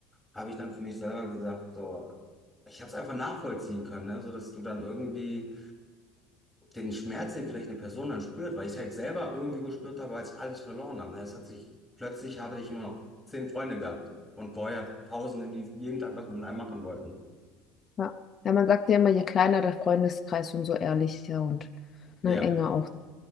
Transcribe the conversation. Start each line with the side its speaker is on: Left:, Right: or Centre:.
Centre: habe ich dann für mich selber gesagt, so, ich habe es einfach nachvollziehen können, ne? So dass du dann irgendwie den Schmerz, den vielleicht eine Person dann spürt, weil ich es halt selber irgendwie gespürt habe, als ich alles verloren habe. ne? Es hat sich, plötzlich habe ich nur noch zehn Freunde gehabt und vorher Tausende, die jeden Tag was mit einem machen wollten.
Left: ja. Ja, man sagt ja immer, je kleiner der Freundeskreis, umso ehrlicher und ne,
Centre: Ja,
Left: enger auch.